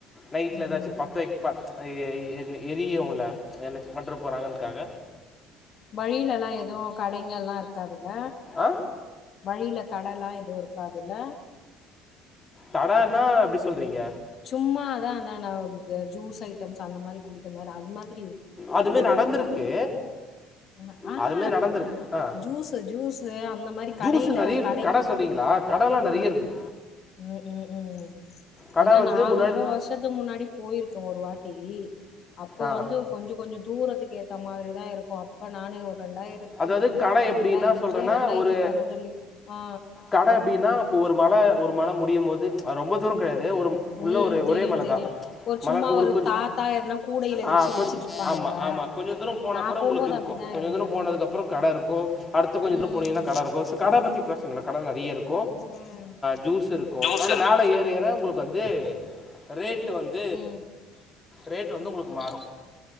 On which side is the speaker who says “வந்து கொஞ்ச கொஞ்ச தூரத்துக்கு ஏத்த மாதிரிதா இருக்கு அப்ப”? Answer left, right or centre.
Left